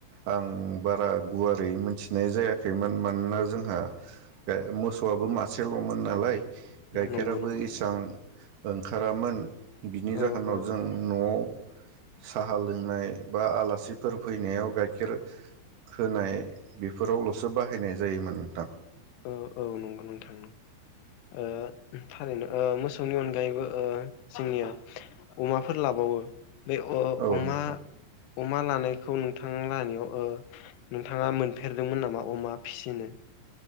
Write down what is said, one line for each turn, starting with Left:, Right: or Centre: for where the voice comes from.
Right: आं बारा गुवार दै मोनथिनाय जायाखैमोन मान मानोना जोंहा ए मोसौआबो मासेलमोन नालाय। गाइखेराबो
Left: नंगौ नंगौ
Right: इसां ओंखारामोन। बिनि
Left: औ
Right: जाहोनाव
Left: औ
Right: जों
Left: औ
Right: न'आव साहा लोंनाय बा आलासिफोर फैनायाव गाइखेर होनाय बेफोरावलसो बाहायनाय जायोमोन नोंथां
Left: औ औ नंगौ नोंथां ओ थारैनो ओ मोसौनि अनगायैबो ओ जोंनिया अमाफोर लाबावो। बे अ
Right: औ
Left: अमा
Right: नोंथां
Left: अमा लानायखौ नोंथां लानियाव ओ नोंथाङा मोनफेरदोंमोन नामा अमा फिसिनो।